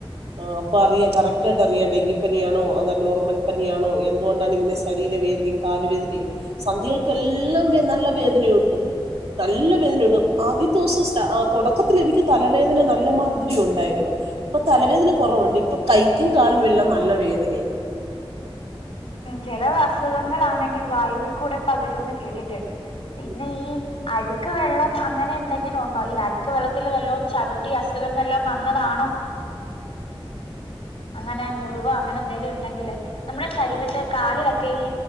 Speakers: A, on the right (about 80°); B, on the left (about 85°).
A: ആ, അപ്പൊ, അറിയാം കറക്റ്റായിട്ടറിയാം, ഡെങ്കി, പനിയാണോ, അതാ നോർമൽ പനിയാണോ, എന്തുകൊണ്ടാണ്, ഇങ്ങനെ, ശരീ തീര, വേദനയും, കാല്, വേദനയും, സന്ധികൾക്കെല്ലാം, വെ, നല്ല വേദനയുണ്ട്. നല്ല വേദനയുണ്ട് ആദ്യത്തെ ദിവസംസ തുടക്കത്തിൽ എനിക്ക് തലവേദന നല്ല മാതിരി ഉണ്ട്. തലവേദന കുറവുണ്ട് ഇപ്പൊ കൈക്കും കാലിനും എല്ലാം നല്ല വേദനയാണ്.
B: ചിലഅസുഖങ്ങൾാണെങ്കിൽ വായുവിൽ കൂടെ പകരുമന്ന് കേട്ടിട്ടുണ്ട്. പിന്നെ ഈ അഴുക്ക് വെള്ളം അങ്ങനെ എന്തെ <unintelligible> ഉണ്ടോ ഈ അഴുക്ക് വെള്ളത്തിൽ വെല്ലതും ചവിട്ടി അസുഖം വെല്ലതും വന്നതാണോ അങ്ങനെ മുറിവോ അങ്ങനെ എന്തെങ്കിലും ഉണ്ടെങ്കില് നമ്മുടെ ശരീരത്തെ കാലിലൊക്കെ ഈ